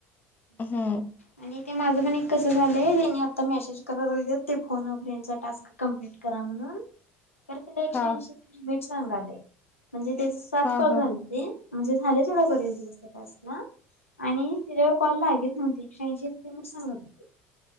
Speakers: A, on the left (about 25°); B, on the left (about 85°).
A: हा्
B: आणि ते माझं पण एक कसं झालंय तेनी आता मेसेज कराय लागल्यात ते फोन फ्रेंडचा टास्क कम्प्लीट करा म्हणून खर तिला एकशे
A: हा
B: ऐंशीच लिमिट सांगालय म्हणजे त्याचा सात
A: हा
B: कॉल
A: हा
B: झाल. तेन म्हणजे झाले थोड बरेच दिवस त्या टास्कला आणि त्याच्यावर कॉल लागेत नव्हती एकशे ऐंशीच लिमीट सांगत होते